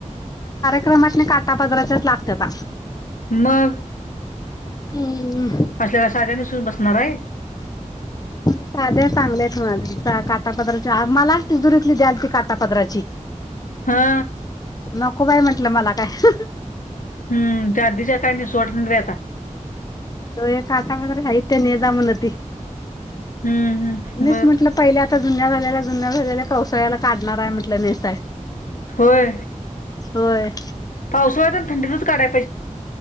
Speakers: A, on the left; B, on the left.
A: क्रमातन काठा पदराच्याच लागत्याता.
B: मग
A: हम्मणे
B: असल्या काय साध्या नेसून बसणार आहे
A: साध्या चांगल्यात होय, काटा पदराची, मलाच तिजुरीतली द्याल ती काटा पदराची
B: हा.
A: नको बाय म्हंटलं मला काय?
B: हम्म त्या आधीच्या काय? नेसू वाटत नाहीत बाई आता.
A: तो एक, काटा पदराच्या हायित त्या न्हे जा म्हणती
B: हम्म हम्म
A: मीच
B: बर
A: म्हटलं, पहिल्या आता जुन्या झालेल्या, जुन्या झालेल्या, पावसाळ्याला काढणार हाय म्हटलं नेसाय.
B: होय.
A: होय.
B: पावसोळ्यात आन थंडीचच काढायचं.